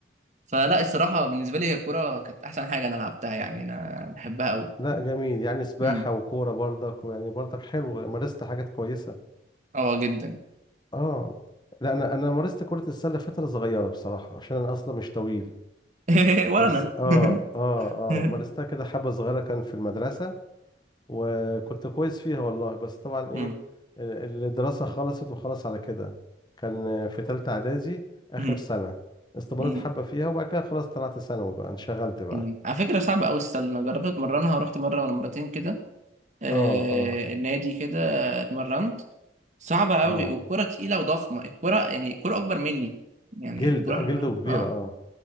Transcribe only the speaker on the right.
فلا الصراحه بالنسبه لي هي الكوره كانت احسن حاجه انا لعبتها يعني انا بحبها قوي
امم
اه جدا
<laughs> ولا
انا
<laughs>
أمم،
أمم،
أمم،
أمم. على فكره صعبه قوي السله انا جربت اتمرنها رحت مره ولا مرتين كده آه،
نادي كده اتمرنت صعبة قوي
والكرة تقيلة وضخمة الكرة يعني الكرة أكبر مني يعني
الكرة
حرفيا
اه